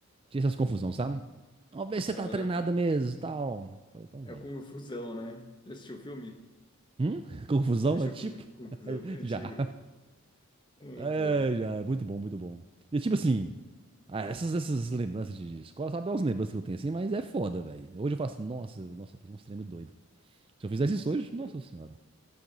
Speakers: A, on the right (about 25°); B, on the left (about 20°).
A: tinha essas confusões, sabe? Vamos ver
B: Que
A: se você
B: da
A: tá
B: hora.
A: treinada mesmo e tal. Falei, então
B: É
A: vem.
B: Confusão, né? Já assistiu o filme?
A: Hum? <laughs> Confusão
B: Já assistiu
A: é tipo?
B: o filme Confusão?
A: <laughs>
B: É antigo.
A: Já.
B: <laughs> Ah, Muito
A: É, já, é muito bom, muito bom. E tipo assim, ah,
B: Hum,
A: essas, essas lembranças de escola, sabe, é umas lembranças que eu tenho assim, mas é foda, velho. Hoje eu faço, nossa, nossa, eu fazia uns treinos doido. Se eu fizesse
B: Com
A: isso
B: certeza.
A: hoje, nossa senhora.